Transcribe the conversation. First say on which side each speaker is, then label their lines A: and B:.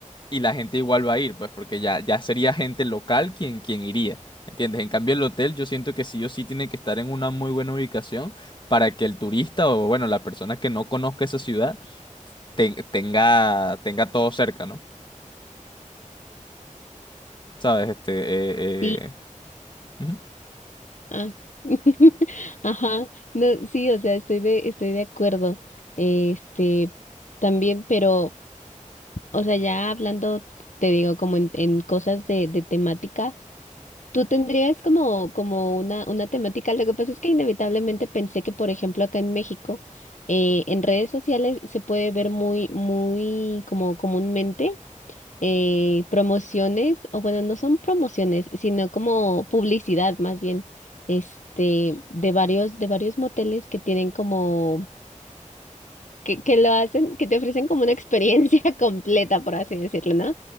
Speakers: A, on the left; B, on the left.
A: y la gente igual va a ir, pues, porque ya, ya sería gente local quien, quien iría, ¿entiendes? En cambio, el hotel yo siento que sí o sí tiene que estar en una muy buena ubicación para que el turista o, bueno, la persona que no conozca esa ciudad ten- tenga, tenga todo cerca, ¿no? ¿Sabes? Este, eh,
B: sí
A: eh, ujú.
B: Ah, <laughs> Ajá, no, sí, o sea, estoy de, estoy de acuerdo. Este, también, pero, o sea, ya hablando, te digo, como en, en cosas de, de temática, tú tendrías como, como una, una temática. Lo que pasa es que inevitablemente pensé que, por ejemplo, acá en México, eh, en redes sociales se puede ver muy, muy como comúnmente eh, promociones, o bueno, no son promociones, sino como publicidad más bien, este, de varios, de varios moteles que tienen como, que, que lo hacen, que te ofrecen como una experiencia <laughs> completa, por así decirlo, ¿no?